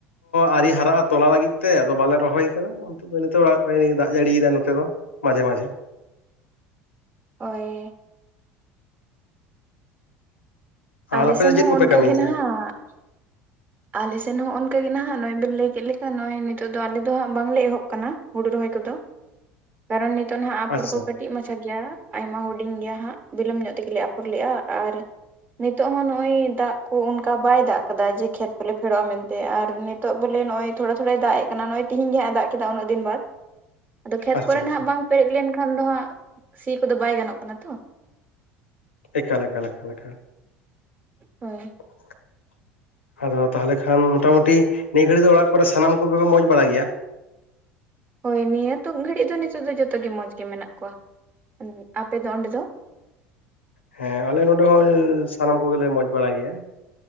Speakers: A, on the left; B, on the right.
A: ᱟᱹᱣᱨᱤ ᱦᱟᱨᱟᱜᱼᱟ ᱛᱚᱞᱟ ᱞᱟᱹᱜᱤᱫ ᱛᱮ ᱟᱫᱚ ᱵᱟᱞᱮ ᱨᱚᱦᱚᱭ ᱟᱠᱟᱫᱟ <unintelligible> ᱱᱤᱛᱚᱜ ᱚᱲᱟᱜ ᱨᱮᱱᱤ ᱫᱟᱜ ᱡᱟᱹᱲᱤ ᱮᱫᱟᱭ ᱱᱚᱛᱮ ᱫᱚ ᱢᱟᱡᱷᱮ ᱢᱟᱡᱷᱮ ᱾
B: ᱚᱭ
A: ᱟᱨ
B: ᱟᱞᱮ
A: ᱟᱯᱮ
B: ᱥᱮᱱ
A: ᱫᱚ ᱪᱮᱫ
B: ᱦᱚᱸ
A: ᱠᱚᱯᱮ
B: ᱚᱱᱠᱟ
A: ᱠᱟᱹᱢᱤᱭᱮᱫᱼᱟ
B: ᱜᱮ ᱱᱟᱦᱟᱜ ᱾ ᱟᱞᱮ ᱥᱮᱱ ᱦᱚᱸ ᱚᱱᱠᱟ ᱜᱮ ᱱᱟᱦᱟ ᱱᱚᱭ ᱵᱤᱱ ᱞᱟᱹᱭ ᱠᱮᱫ ᱞᱮᱠᱟ ᱱᱚᱭ ᱱᱤᱛᱚᱜ ᱫᱚ ᱟᱞᱮ ᱫᱚ ᱦᱟᱜ ᱵᱟᱝᱞᱮ ᱮᱦᱚᱵ ᱠᱟᱱᱟ ᱾ ᱦᱩᱲᱩ ᱨᱚᱦᱚᱭ ᱠᱚᱫᱚ, ᱠᱟᱨᱚᱱ ᱱᱤᱛᱚᱜ ᱱᱟᱦᱟᱜ ᱟᱯᱚᱨ
A: ᱟᱪᱪᱷᱟ
B: ᱠᱚ ᱠᱟᱹ ᱴᱤᱡ ᱢᱟᱪᱷᱟ ᱜᱮᱭᱟ ᱟᱭᱢᱟ ᱦᱩᱰᱤᱧ ᱜᱮᱭᱟ ᱦᱟᱸᱜ ᱵᱤᱞᱚᱢ ᱧᱚᱜ ᱛᱮ ᱜᱮᱞᱮ ᱟᱯᱷᱚᱨ ᱞᱮᱜᱼᱟ, ᱟᱨ ᱱᱤᱛᱚᱜ ᱦᱚᱸ ᱱᱚᱜᱼᱚᱭ ᱫᱟᱜ ᱠᱩ ᱚᱱᱠᱟ ᱵᱟᱭ ᱫᱟᱜ ᱠᱟᱫᱟ ᱡᱮ ᱠᱷᱮᱛ ᱠᱚᱞᱮ ᱯᱷᱮᱲᱚᱜᱼᱟ ᱢᱮᱱᱛᱮ ᱟᱨ ᱱᱤᱛᱚᱜ ᱵᱚᱞᱮ ᱱᱚᱜᱼᱚᱭ ᱛᱷᱚᱲᱟ ᱛᱷᱚᱲᱟᱭ ᱫᱟᱜ ᱮ ᱠᱟᱱᱟ ᱱᱚᱜ ᱛᱤᱦᱤᱧ ᱜᱮ ᱦᱟᱸᱜ ᱮ ᱫᱟᱜ ᱠᱮᱫᱟ ᱩᱱᱟᱹᱜ ᱫᱤᱱ ᱵᱟᱫ ᱾ ᱟᱫᱚ ᱠᱷᱮᱛ
A: ᱟᱪᱪᱷᱟ
B: ᱠᱚᱨᱮ ᱱᱟᱦᱟᱜ
A: ᱟᱪᱪᱷᱟ
B: ᱵᱟᱝ ᱯᱮᱨᱮᱡ ᱞᱮᱱᱠᱷᱟᱱ ᱫᱚ ᱦᱟᱸᱜ ᱥᱤ ᱠᱚᱫᱚ ᱵᱟᱭ ᱜᱟᱱᱚᱜ ᱠᱟᱱᱟ ᱛᱚ ᱾
A: ᱮᱠᱟᱞ ᱮᱠᱟᱞ ᱮᱠᱟᱞ᱾
B: ᱦᱳᱭ
A: <inaudible> ᱟᱫᱚ ᱛᱟᱦᱚᱞᱮ ᱠᱷᱟᱱ ᱢᱚᱴᱟᱢᱩᱴᱤ ᱱᱤᱭᱟᱹ ᱜᱷᱟᱹᱲᱤᱡ ᱫᱚ ᱚᱲᱟᱜ ᱠᱚᱨᱮ ᱥᱟᱱᱟᱢ ᱠᱚᱜᱮ ᱢᱚᱸᱡᱽ ᱵᱟᱲᱟᱭ ᱜᱮᱭᱟ?
B: ᱦᱳᱭ ᱱᱤᱭᱟᱹ ᱛᱩᱠ ᱜᱷᱟᱹᱲᱤᱡ ᱫᱚ ᱱᱤᱛᱚᱜ ᱫᱚ ᱡᱚᱛᱚ ᱜᱮ ᱢᱚᱡᱽ ᱜᱮ ᱢᱮᱱᱟᱜ ᱠᱚᱣᱟ, ᱟᱯᱮ ᱚᱸᱰᱮ ᱫᱚ?
A: ᱦᱮᱸ ᱟᱞᱮ ᱱᱚᱰᱮ ᱦᱚᱸ ᱥᱟᱱᱟᱢ ᱠᱚᱜᱮᱞᱮ ᱢᱚᱸᱡᱽ ᱵᱟᱲᱟᱭ ᱜᱮᱭᱟ